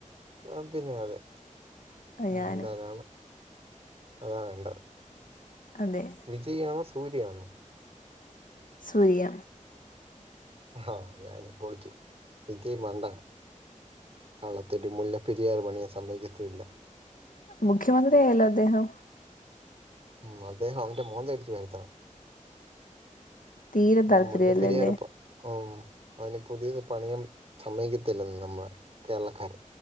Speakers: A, on the right; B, on the left.
A: ആ പിന്നെ.. അതെ
B: ആ,
A: മോഹൻലാലാണ്,
B: ഞാനും
A: അതാ വേണ്ടത്.
B: അതെ
A: വിജയ് ആണോ സൂര്യ ആണോ?
B: സൂര്യ
A: ആഹ ഞാനിപൊളിച്ചും വിജയ് മണ്ട കളളത്തെട്ടി മുല്ലപ്പെരിയാറ് പണിയാൻ സമ്മതിക്കത്തുല്ല.
B: മുഖ്യമന്ത്രി അയല്ലോ അദ്ദേഹം.
A: ഉം അദ്ദേഹം അവന്റെ മോന്ത ഇടിച്ചു പരത്തണം.
B: തീരെ
A: ഓ
B: താല്പര്യല്ലല്ലേ
A: മുല്ലപെരിയാർപ്പൊ ഉ അവന് പുതിയത് പണിയൻ സമ്മക്കത്തില്ലെന്ന് നമ്മുടെ കേരളക്കാര്.